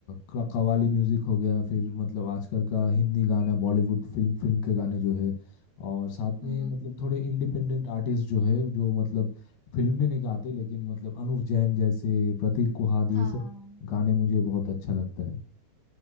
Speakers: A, on the left (about 60°); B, on the right (about 75°).
A: क- कव्वाली म्यूज़िक हो गया फिर मतलब आजकल का हिंदी गाना बॉलीवुड फिल्म फिल्म के गाने जो है और साथ में
B: हम्म
A: मतलब थोड़े इंडिपेंडेंट आर्टिस्ट जो है जो मतलब फिल्म में नहीं गाते लेकिन मतलब अनुव जैन जैसे प्रतीक कुहाद ये
B: हाँ
A: सब गाने मुझे बहुत
B: तो
A: अच्छा लगता है